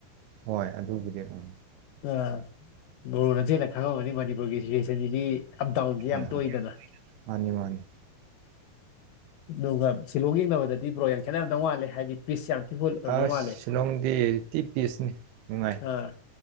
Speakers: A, on the right (about 85°); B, on the left (about 75°).
A: ꯍꯣꯏ ꯑꯗꯨꯕꯨꯗꯤ ꯎꯝ꯫
B: ꯑꯥ ꯕ꯭ꯔꯣ ꯅꯥꯗꯤ ꯍꯦꯟꯅ ꯈꯪꯉꯝꯃꯅꯤ ꯃꯅꯤꯄꯨꯔꯒꯤ ꯁꯤꯆꯨꯋꯦꯁꯟꯁꯤꯗꯤ ꯑꯞꯗꯥꯎꯟꯁꯤ
A: ꯍꯣꯏ
B: ꯌꯥꯝ ꯇꯣꯏꯗꯅ꯫
A: ꯍꯣꯏ ꯃꯥꯅꯤ ꯃꯥꯅꯤ꯫
B: ꯑꯗꯨꯒ ꯁꯤꯂꯣꯡꯒ ꯌꯦꯡꯅꯕꯗꯗꯤ ꯕ꯭ꯔꯣ ꯌꯥꯝꯡ ꯈꯦꯠꯅꯔꯝꯗꯣꯏ ꯃꯥꯜꯂꯤ ꯍꯥꯏꯗꯤ ꯄꯤꯁ ꯌꯥꯝ ꯊꯤ ꯐꯨꯜ ꯑꯣꯏꯔꯝꯗꯧ
A: ꯑꯁ
B: ꯃꯥꯜꯂꯦ
A: ꯁꯤꯂꯣꯡꯗꯤ ꯇꯤ ꯄꯤꯁꯅꯤ ꯅꯨꯡꯉꯥꯏ
B: ꯑꯥ